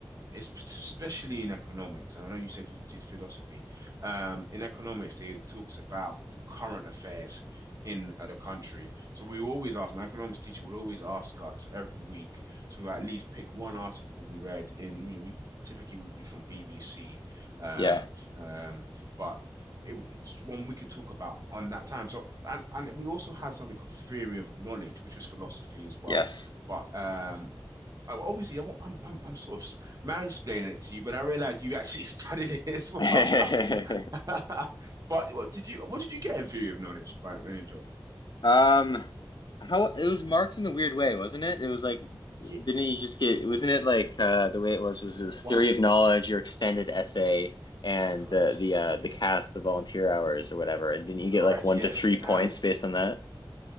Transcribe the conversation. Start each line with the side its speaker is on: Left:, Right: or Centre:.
Right: it's especially in economics, and I know you said you did philosophy. Um, in economics, it talks about the current affairs in uh, the country. So we always ask, my economics teacher will always ask us every week to at least pick one article we read in, you know, we typically would be from BBC, um,
Left: Yeah.
Right: um, but it, it's one we could talk about on that time. So, and and we also had something called theory of knowledge, which was philosophy as well,
Left: Yes.
Right: but um, I, obviously, I won't, I'm, I'm I'm sort of mansplaining it to you, but I realized you actually <laughs> studied it as well.
Left: <laughs>
Right: <laughs> But what did you what did you get in theory of knowledge by many interest?
Left: Um, how it was marked in a weird way, wasn't it? It was like,
Right: Yeah,
Left: didn't you just get, wasn't it like uh, the way it was was this
Right: one
Left: theory of knowledge, your extended essay, and
Right: correct,
Left: the the uh, the cast, the volunteer hours or whatever, and didn't you
Right: correct.
Left: get like one
Right: Yes,
Left: to three
Right: damn
Left: points
Right: you.
Left: based on that?